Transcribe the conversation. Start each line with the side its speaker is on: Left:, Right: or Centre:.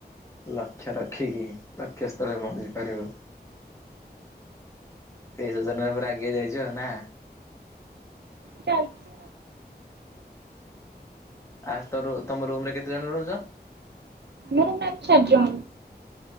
Left: ଲକ୍ଷ ରଖିକି ଲକ୍ଷ୍ୟ ସ୍ଥଳେରେ ପହଞ୍ଚି ପାରିବୁ। ସେଇ ସଜନରେ ପୁର ଆଗେଇଆ ଯାଇଛୁ ଆଉ ନା
Right: ଚାଲଛି
Left: ଆଉ ତ ତମ ରୁମରେ କେତେ ଜଣ ରହୁଛ?
Right: ରୁମମେଟ୍ ଚାର ଜଣ।